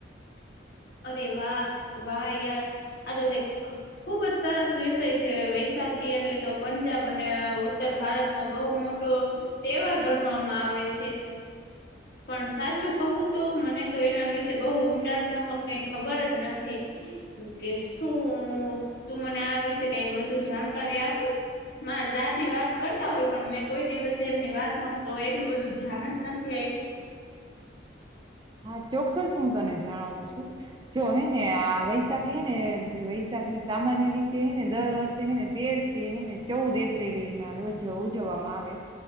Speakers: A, on the left (about 55°); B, on the right (about 25°).
A: અરે વાહ વાહ યાર આ તો જે ખુબ જ સરસ વિષય છે. સાખી એટલે તો પંજાબ અને ઉત્તર ભારત નો બહુ મોટો તહેવાર ગણવામાં આવે. આવે છે.
B: હું.
A: પણ સાચું કહું તો મને તો એના વિશે બહુ ઊંડાણપૂર્વક કંઈ ખબર જ નથી. કે શું તું મને આ વિશે કંઈ વધુ જાણકારી આપીશ. મારે દાદી વાત કરતા હોય પણ મેં કોઈ દિવસે એમની વાતમાં એટલું બધું ધ્યાન જ નથી આપ્યું.
B: હા ચોક્કસ હું તને જણાવું છું. જો હે ને આ વૈશાખી હે ને વૈશાખ સામાન્ય રીતે એને દર વર્ષે એને તેર કે એને ચૌદ એપ્રિલ ના રોજ ઉજવવામાં